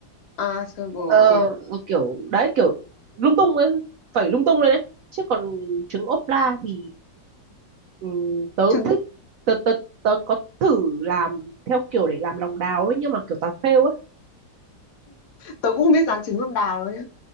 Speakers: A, on the left; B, on the right.
A: À scramble
B: Ờ,
A: ok.
B: kiểu đấy kiểu lung tung ấy, phẩy lung tung lên đấy chứ còn trứng ốp la thì ừm, tớ
A: Trứng
B: thích tớ, tớ, tớ có thử làm theo kiểu để làm lòng đào ấy nhưng mà kiểu toàn fail ấy
A: tớ cũng không biết rán trứng lòng đào đâu nhá.